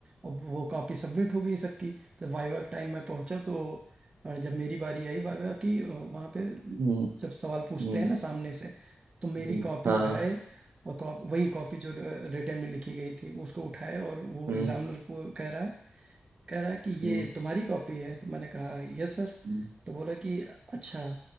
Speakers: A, on the right; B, on the right.
A: अब वो कॉपी सबमिट हो गई सबकी तो वाइवा के टाइम मैं पहुंचा तो और जब मेरी बारी आई वाह वाह की वहाँ पे
B: हम्म, हम्म,
A: जब सवाल पूछते
B: हम्म,
A: हैं ना सामने से तो मेरी
B: हम्म,
A: कॉपी
B: हाँ,
A: उठाए और कॉप वही कॉपी जो रिटर्न में लिखी गई थी उसको उठाए और वो
B: हम्म,
A: एग्जामिनर को कह रहा है कह रहा कि
B: हम्म,
A: ये तुम्हारी कॉपी है तो मैंने कहा यस सर
B: हम्म,
A: तो बोला कि अच्छा